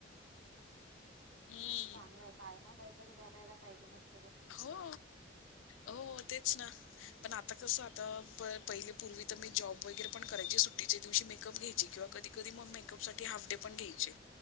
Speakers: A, on the left; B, on the right.
A: हम्म
B: चांगलंय. काय नाही काहीतरी करायला पाहिजे ना -
A: हो. हो तेच ना. पण आता कसं? आता पहिले पूर्वी तर मी जॉब वगैरे पण करायची. सुट्टीच्या दिवशी मेकअप घ्यायची किंवा- कधी कधी मग मेकअपसाठी हाफ डे पण घ्यायचे.